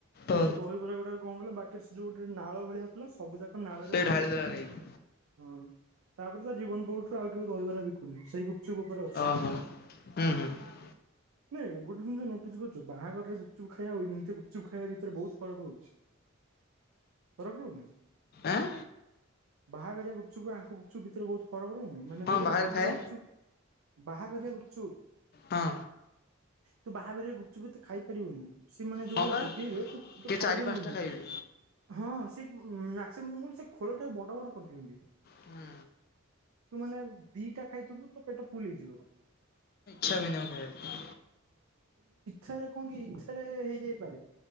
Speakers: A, on the right; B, on the left.
A: ସେ
B: ଓ
A: ସେ ଦହିବରା ଗୁଡାକ କଣ କଲା। ପାଖରେ ସେ ଯୋଉ ଗୋଟେ ନାଳ ଭଳିଆ ଥିଲା ସବୁ ଯାକ ନାଳରେ
B: ସେ
A: ଭସେଇଦେଲା
B: ଢାଳିଦେଲା ନେଇକି
A: ହଁ। ତାପରେ ତା ଜୀବନ ପୋଟରୁ ଆଉ କେବେ ଦହିବରା <inaudible> ଚୁପ ଉପରେ ଅଛି
B: ଓହୋ
A: ଆଉ
B: ହୁଁ ହୁଁ
A: ନାଇଁ। ଗୋଟେ ଜିନିଷ ନୋଟିସ୍ କରୁଛୁ। ବାହାଘରରେ ଗୁପଚୁପ ଖାଇବା ଆ ଏମତି ଗୁପଚୁପ ଖାଇବା ଭିତରେ ବହୁତ ଫରକ ରହୁଛି। ଫରକ ରହୁନି।
B: ଆଁ।
A: ବାହାଘରିଆ ଗୁପ ଚୁପ୍ ଆଙ୍କ ଗୁପଚୁପ ଭିତରେ ବହୁତ ଫରକ ରହୁନି। ମାନେ
B: ହଁ
A: ଦେଖ
B: ବାହାରେ
A: ତୁ ବାହା
B: ଖାଏ
A: ଗୁପଚୁପ ବାହା ଘରିଆ ଛୁ।
B: ହଁ।
A: ତୁ ବାହାଘରରେ ଗୁପଚୁପ୍ ତ ଖାଇପାରିବୁନି। ସେମାନେ ଯୋଉ
B: ହଁ
A: ଭଳିଆ
B: ବା
A: ଯୋଗେଇବେ ତୁ ତୁ
B: କିଏ
A: ଖାଇପାରିବୁନୁ।
B: ଚାରି ପାଞ୍ଚଟା ଖାଇବେ।
A: ହଁ ସେ ମ୍ୟା ସେ ମୁ ସେ ଖୋଳ ଟାକୁ ବଡ ବଡ କରିଦିଅନ୍ତି।
B: ହୁଁ
A: ତୁମାନେ ଦିଟା ଖାଇଥିବୁ ତୋ ପେଟ ଫୁଲ୍ ହେଇଯିବ।
B: ଛା ହବନି ଆଉ ଖାଇବାକୁ।
A: ଥରେ କଣ କି ଇଥରେ ହେଇଯାଇପାରେ।